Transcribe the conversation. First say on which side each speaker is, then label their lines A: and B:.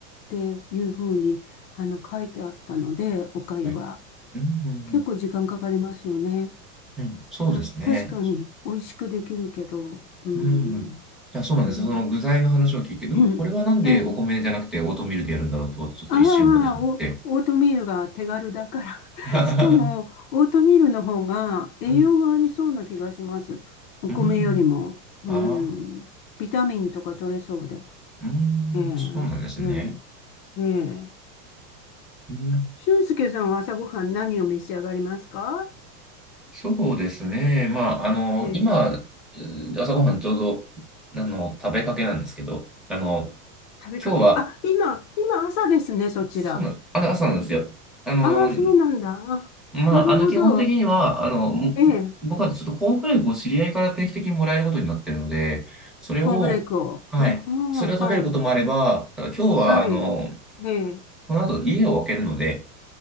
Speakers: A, on the left; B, in the centre.
A: ていうふうに、あの、書いてあったので、お粥は。
B: はい。うん、うん、
A: 結構時間かかりますよね。
B: うん。うんそうですね。
A: まあ、確かに美味しくできるけど、
B: 確か
A: うん、
B: に。うん。うんいや、そうなんですよ。
A: うん、
B: その具材の話を聞いて、うん、
A: <clears throat>
B: これはなんでお米じゃなくてオートミールでやるんだろうってことをちょっと一瞬思ってしまって。
A: ええ、ああ、お、オートミールが手軽だから。<laughs>
B: <laughs>
A: しかも、オートミールの方が栄養がありそうな気がします。
B: うん、
A: お米よりも。
B: うん。
A: うん、
B: ああ、
A: ビタミンとか取れそうで。
B: うん、
A: ええ、
B: そうなんですね。
A: ええ、ええ。
B: うん
A: 俊介さんは朝ごはん何を召し上がりますか
B: そうですね。まあ、あの、
A: ええ、
B: 今、えー朝ごはんちょうど、あの、食べかけなんですけど、あの、
A: 食べかけ。
B: 今日は、
A: あ、今、今朝ですね、そちら。
B: そうなの、あの朝なんですよ。あの、
A: ああ、そうなんだ。あなるほど。
B: まあ、あの、基本的には、あの、も僕はちょっとコーンフレークを知り合いから定期的にもらえることになってるので、
A: ええ、
B: それを、
A: コーンフレークを。
B: はい、
A: あ、あ
B: それを食べることもあれば、
A: あ、はい、
B: ただ今日は、
A: はい。
B: あの、
A: ええ、
B: この後家を空けるので、